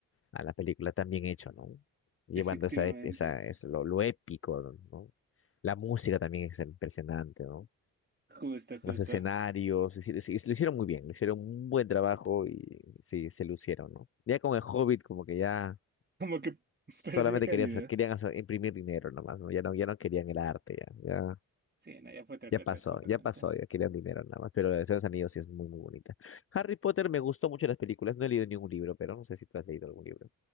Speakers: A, on the left; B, on the right.
A: a la película tan bien hecho, ¿no? Llevando
B: Efectivamente.
A: esa, ep- esa, es lo, lo épico, ¿no? La música también es impresionante, ¿no?
B: Justo, justo.
A: Los escenarios, es decir, sí, lo hicieron muy bien, lo hicieron un buen trabajo y sí, se lucieron, ¿no? Ya con el Hobbit, como que ya.
B: Como que <laughs>
A: Solamente
B: perdió calidad.
A: querían, hacer- querían hacer- imprimir dinero nomás, ¿no? Ya no, ya no querían el arte, ya, ya,
B: Sí, no, ya fue otra
A: ya
B: cosa
A: pasó,
B: totalmente.
A: ya pasó, ya querían dinero nada más. Pero la de los Anillos sí es muy, muy bonita. Harry Potter me gustó mucho las películas, no he leído ningún libro, pero no sé si tú has leído algún libro.